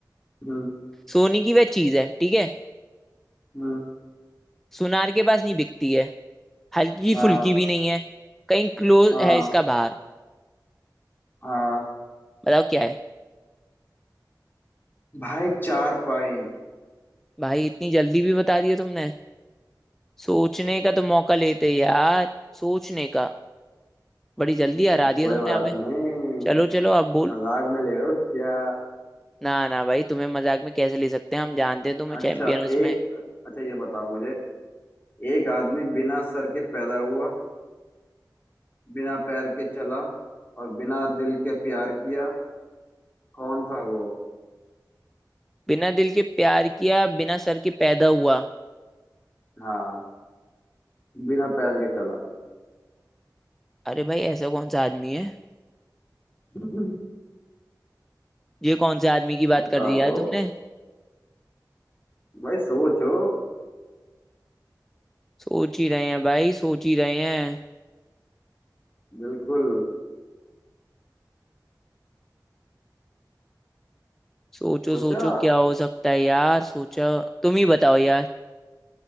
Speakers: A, on the left (about 25°); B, in the centre.
A: हम्म
B: सोने की वह चीज है ठीक है
A: हम्म
B: सुनार के पास नहीं बिकती है हल्की
A: हाँ
B: फुल्की भी नहीं है कहीं क्लोज
A: हाँ
B: है इसका बाहर
A: हाँ
B: बताओ क्या है
A: भाई चार पाई
B: भाई इतनी जल्दी भी बता दिया तुमने सोचने का तो मौका लेते यार सोचने का बड़ी जल्दी हरा
A: अरे
B: दिया
A: कोई
B: तुमने
A: बात
B: हमें
A: नहीं
B: चलो चलो अब बोल
A: मजाक में ले रहे हो क्या
B: ना ना भाई तुम्हें मजाक में कैसे ले सकते हैं हम जानते हैं तुम्हें
A: अच्छा
B: चैंपियन उसमें
A: एक अच्छा ये बताओ मुझे एक आदमी बिना सर के पैदा हुआ बिना पैर के चला और बिना दिल के प्यार किया कौन था वो
B: बिना दिल के प्यार किया बिना सर के पैदा हुआ
A: हाँ बिना पैर के चला
B: अरे भाई ऐसा कौन सा आदमी है
A: <laughs>
B: ये कौन से आदमी की बात
A: बताओ
B: कर दी यार तुमने
A: भाई सोचो
B: सोच ही रहे हैं भाई सोच ही रहे हैं
A: बिल्कुल
B: सोचो
A: सोचा
B: सोचो क्या हो सकता है यार सोचो तुम ही बताओ यार